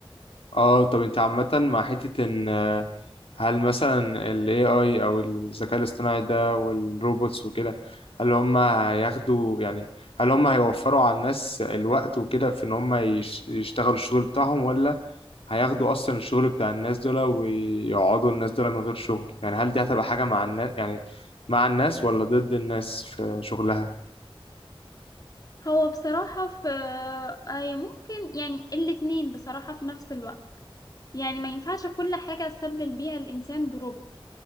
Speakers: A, on the left; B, on the left.
A: اه طب انت عامة مع حتة ان آه، هل مثلا ال AI او الذكاء الاصطناعي ده والروبوتس وكده هل هم هياخدوا يعني هل هم هيوفروا على الناس الوقت وكده في ان هم يش- يشتغلوا الشغل بتاعهم ولا هياخدوا اصلا الشغل بتاع الناس دول ويقعدوا الناس دول من غير شغل يعني هل دي هتبقى حاجة مع الناس يعني مع الناس ولا ضد الناس في شغلها
B: هو بصراحة في أي ممكن يعني الاتنين بصراحة في نفس الوقت يعني ما ينفعش كل حاجة استبدل بيها الإنسان بروبوت